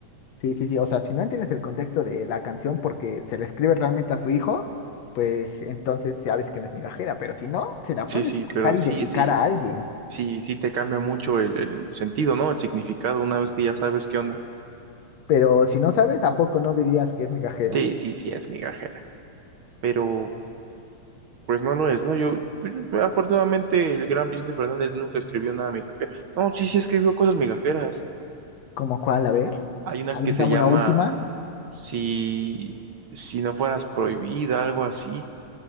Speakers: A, on the left; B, on the right.
A: Sí, sí, sí. O sea, si no entiendes el contexto de la canción porque se la escribe realmente a su hijo, pues entonces sabes que no es migajera, pero si no, se la
B: sí,
A: puedes
B: sí,
A: cantar
B: pero sí,
A: y dedicar
B: sí,
A: a alguien.
B: sí, sí te cambia mucho el, el sentido, ¿no? El significado una vez que ya sabes qué onda.
A: Pero si no sabes, ¿a poco no dirías que es migajera?
B: Sí, sí, sí, es migajera, pero pues no lo es, ¿no? Yo, pues, yo, pues, afortunadamente, el gran Vicente Fernández nunca escribió nada migajero. No, sí, sí escribió cosas migajeras.
A: ¿Como cuál? A ver,
B: Hay una
A: avientame
B: que se llama
A: una última.
B: Si, si no fueras prohibida, algo así.